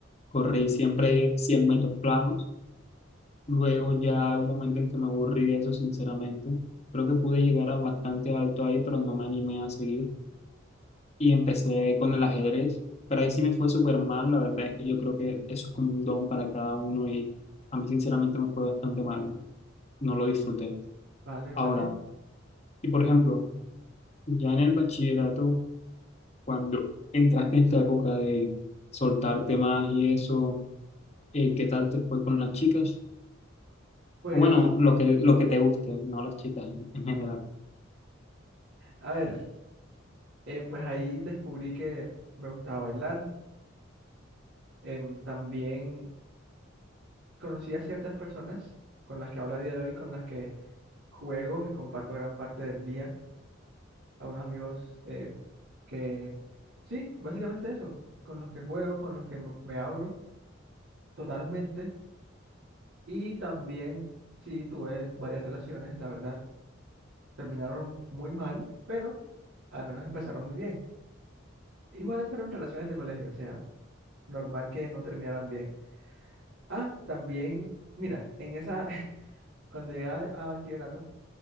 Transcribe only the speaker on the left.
Corrí siempre 100 metros planos Luego ya un momento en que me aburrí de eso, sinceramente. Creo que pude llegar a bastante alto ahí, pero no me animé a seguir. Y empecé con el ajedrez, pero ahí sí me fue súper mal. La verdad es que yo creo que eso es como un don para cada uno y a mí sinceramente me fue bastante mal. No lo disfruté.
Ahora, y por ejemplo, ya en el bachillerato, cuando entraste en esta época de soltarte más y eso, eh, ¿qué tal te fue con las chicas?
O Bueno, lo que, lo que te guste, no las chicas en en general.